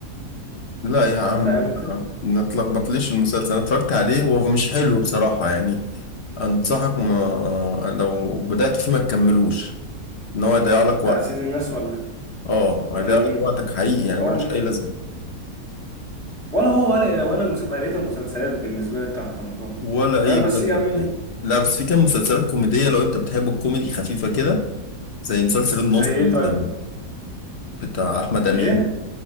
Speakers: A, on the left; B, in the centre.
A: لا يا عم
B: فاهم
A: بقى،
B: انت
A: ما تلخبطليش المسلسل انا اتفرجت عليه هو مش حلو بصراحة يعني انصحك ما لو بدأت فيه ما تكملوش ان هو هيضيع لك وقت
B: بتاع سيد الناس ولا
A: اه هيضيع
B: ولا
A: لك
B: مين
A: وقتك حقيقي يعني ملوش
B: هو ما
A: اي لازمة
B: ولا هو ولا ولا المس- بقية المسلسلات بالنسبة لي بتاعت رمضان
A: ولا
B: فاهم
A: اي
B: بس
A: مسلسل
B: يعني
A: حقيقي لا بس في كام مسلسلات كوميدية لو انت بتحب الكوميدي خفيفة كده زي مسلسل النص
B: زي ايه
A: مثلا
B: طيب
A: بتاع احمد
B: الايه
A: امين